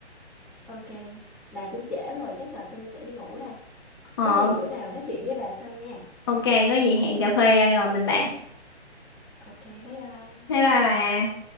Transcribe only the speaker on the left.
ờ
ok có gì hẹn cà phê ra rồi mình bàn
bye bye bà